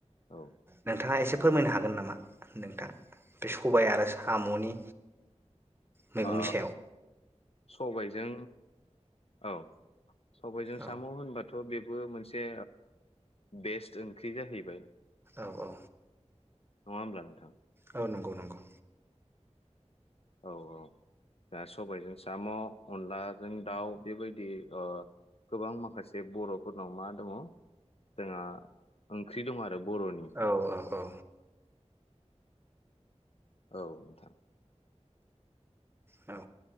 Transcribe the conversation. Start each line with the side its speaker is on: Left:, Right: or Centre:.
Left: जों
Right: नोंथाङा एसे फोरमायनो हागोन नामा नोंथाङा बे सबाय आरो सामनि मैगंनि
Left: आ
Right: सायाव
Left: सबायजों औ सबायजों
Right: औ
Left: सामु होनबाथ थ' बेबो मोनसे बेस्ट ओंख्रि जाहैबाय।
Right: औ औ
Left: नंङा होनब्ला नोंथां?
Right: औ नंगौ नंगौ।
Left: औ औ दा सबायजों साम अनलाजों दाउ बेबायदि गोबां माखासे बर फोरनाव मा दङ जोंहा ओंख्रि दं आरो बर'नि
Right: औ औ औ
Left: औ नोंथां
Right: औ